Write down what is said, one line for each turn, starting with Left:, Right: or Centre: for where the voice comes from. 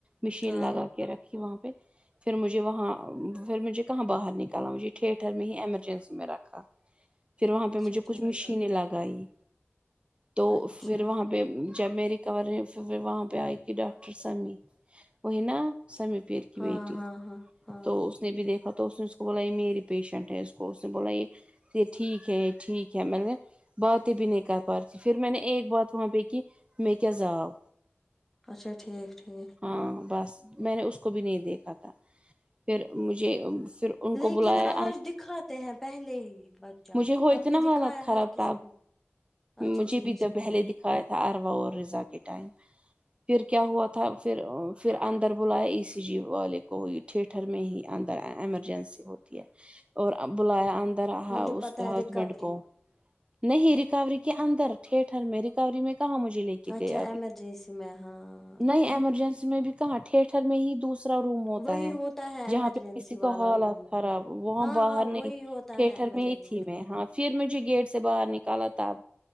Right: مشین
Centre: ہاں
Right: لگا کے رکھی وہاں پہ پھر مجھے وہاں پھر مجھے کہاں باہر نکالا مجھے ٹھیٹر میں ہی ایمرجنسی میں رکھا پھر وہاں پہ
Centre: اچھا
Right: مجھے کچھ
Centre: ٹھیک
Right: مشینیں لگائی تو
Centre: اچھا
Right: پھر وہاں
Centre: ٹھیک
Right: پہ جب میںیری کور وہاں پہ آئی کی ڈاکٹر سمیع وہی نا سمیع پیر کی
Centre: ہاں
Right: کی بیٹی
Centre: ہاں ہاں ہاں
Right: دوست نےب بھی دیکھا تو اس نے اس کو بولا یہ میری پیشنٹ ہے اس کو اس نے بولا یہ یہ ٹھیک ہے یہ ٹھیک ہے مطلب بات بھی نہیں کر پا رہتی پھر میں نے ایک بات وہاں پہ کی میں کیا جاؤ
Centre: اچھا ٹھیک ٹھیک
Right: ہاں بس میں نے اس کو بھی نہیں دیکھا تھا پھر مجھے پھر ان
Centre: لیکن
Right: کو بلایا
Centre: آج دکھاتے ہیں پہلے ہی بچہ
Right: مجھے ہوئی
Centre: ہم
Right: تو
Centre: نے
Right: نا حالت
Centre: دکھایا
Right: خراب
Centre: ہر کسی
Right: تھا اب
Centre: پہ اچھا
Right: مجھے
Centre: ٹھیک
Right: بھی د
Centre: ٹھیک
Right: پہلے
Centre: ٹھیک
Right: دکھاائے عروا رضا کے ٹائم پھر کیا ہوا تھا پھر پھر اندر بلایا ای سی جی والے کو ٹھیٹر میں ہی اندر ایمرجنسی ہوتی ہے اور بلایا انر رہا
Centre: مجھے
Right: اس
Centre: پتا
Right: کے
Centre: ہے
Right: ہسبینڈ
Centre: ریکوری
Right: کو نہیں ریکوری کے اندر ٹھیٹر میں ریکوری میں کہاں مجھے لے کے
Centre: اچھا
Right: گیا ابھی
Centre: ایمرجنسی میں ہاں اچھا
Right: نئی ایمرجنسی میں بھی کہاں ٹھیٹر میں ہی دوسرا ا روم ہوتا
Centre: وہی
Right: ہے
Centre: ہے ایمرجنسی
Right: جہاں پہ کسی
Centre: والا
Right: کا حالات
Centre: روم
Right: خراب وہاں
Centre: ہاں
Right: باہر
Centre: ہاں
Right: نہیں
Centre: وہی ہوتا
Right: ٹھیٹر
Centre: ہے ایمرجنسی
Right: میں ہی تھی میں
Centre: روم
Right: ہاں پھر مجھے گیٹ سے باہر نکالا تب